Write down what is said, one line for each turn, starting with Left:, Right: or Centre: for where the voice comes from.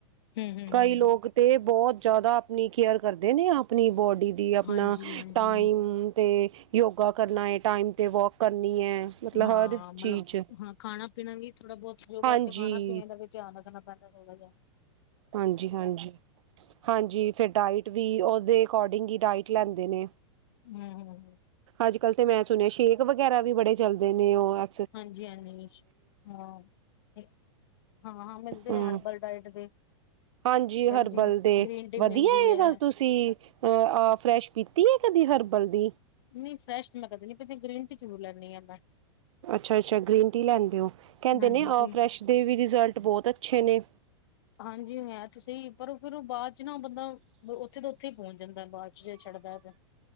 Left: ਹੂੰ-ਹੂੰ-ਹੂੰ,
Right: ਕਈ ਲੋਕ ਤੇ ਬੋਤ ਜਾਦਾ ਆਪਣੀ ਕੇਅਰ ਕਰਦੇ ਨੇ, ਆਪਣੀ ਬੋਡੀ ਦੀ ਆਪਣਾ
Left: ਹਾਂਜੀ-ਹਾਂਜੀ
Right: ਟਾਈਮ ਤੇ ਯੋਗਾ ਕਰਨਾ ਏ, ਟਾਈਮ ਤੇ ਵੋਕ- ਕਰਨੀ ਹੈ ਮਤਲਬ
Left: ਹਾਂ
Right: ਹਰ
Left: ਮਲਬ
Right: ਚੀਜ਼
Left: ਖਾਣਾ ਪੀਣਾ ਵੀ, ਥੋੜਾ ਬੋਤ ਯੋਗਾ
Right: ਹਾਂਜੀ
Left: 'ਚ ਖਾਨੇ ਪੀਨੇ ਦਾ ਵੀ ਧਿਆਨ ਰੱਖਣਾ ਪੈਂਦਾ ਥੋੜਾ ਜਿਆ।
Right: ਹਾਂਜੀ ਹਾਂਜੀ ਹਾਂਜੀ ਫੇਰ ਡਾਇਟ ਵੀ ਓਦੇ ਅਕੋਰਡਿੰਗ ਈ ਡਾਇਟ ਲੈਂਦੇ ਨੇ।
Left: ਹਮ ਹਮ
Right: ਅੱਜ ਕਲ ਤੇ ਮੈਂ ਸੁਣਿਆ ਸ਼ੇਕ ਵਗੈਰਾ ਵੀ ਬੜੇ ਚਲਦੇ ਨੇ। ਓ ਐ
Left: ਹਾਂਜੀ ਹਾਂਜੀ ਸ਼ ਹਾਂ। ਹਾਂ ਮਿਲਦੇ
Right: ਹਮ
Left: ਆ ਹਰਬਲ ਡਾਇਟ ਦੇ।
Right: ਹਾਂਜੀ ਹਰਬਲ
Left: ਦੀ
Right: ਦੇ
Left: ਗ੍ਰੀਨ ਟੀ
Right: ਵਧੀਆ
Left: ਮਿਲਦੀ ਹੈ।
Right: ਏ ਤੁਸੀਂ ਅ ਅ ਫਰੈਸ਼ ਪੀਤੀ ਏ ਕਦੀ ਹਰਬਲ ਦੀ।
Left: ਨਈ ਫਰੈਸ਼ ਮੈਂ ਕਦੀ ਨੀ ਪੀਤੀ। ਗ੍ਰੀਨ ਟੀ ਜ਼ਰੂਰ ਲੈਣੀ ਆ ਮੈਂ।
Right: ਅੱਛਾ ਅੱਛਾ ਗ੍ਰੀਨ ਟੀ ਲੈਂਦੇ ਓ। ਕੈਂਦੇ
Left: ਹਾਂਜੀ
Right: ਨੇ
Left: ਕੋਈ
Right: ਆ ਫਰੈਸ਼ ਦੇ ਵੀ ਰਿਜ਼ਲਟ ਬੋਤ ਅੱਛੇ ਨੇ।
Left: ਹਾਂਜੀ ਹੈ ਤੇ ਸ‌ਈ ਪਰ ਫੇਰ‌‌ ਓ ਬਾਦ 'ਚ ਨਾ ਬੰਦਾ ਓਥੇ ਦਾ ਓਥ ਓਥੇ ਈ ਪੋਂਚ ਜਾਂਦਾ ਬਾ 'ਚ ਜੇ ਛੱਡਦਾ ਤੇ।